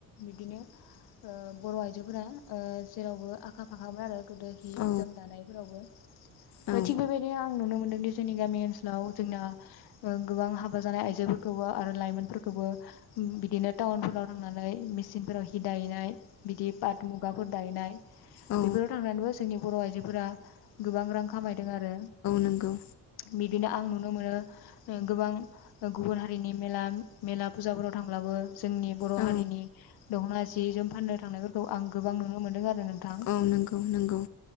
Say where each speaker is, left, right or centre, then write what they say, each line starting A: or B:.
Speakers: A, on the left (about 80°); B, on the left (about 50°).
A: बिदिनो ओ बर' आइजोफोरा ओ जेरावबो आखा फाखामोन आरो गोदो हि
B: औ
A: जोम दानायफोरावबो
B: औ
A: थिग बेबायदिनो आं नुनो मोनदोंदि जोंनि गामि ओनसोलाव जोंना ओ गोबां हाबा जानाय आइजोफोरखौबो आरो लाइमोनफोरखौबो बिदिनो टाउनफोराव थांनानै मेसिनफोराव हि दाहैनाय बिदि पाट मुगाफोर दाहैयनाय
B: औ
A: बेफोराव थांनानैबो जोंनि बर' आइजोफोरा गोबां रां खामाय दोंआरो
B: नंगौ
A: बिदिनो आं नुनो मोनो गोबां गुबुन हारिनि मेला मेला फुजाफोराव थांब्लाबो जोंनि बर'
B: औ
A: हारिनि दख'ना जि जोम फाननो थांनायफोरखौ आं गोबां नुनो मोन्दों आरो नों थां
B: औ नंगौ नंगौ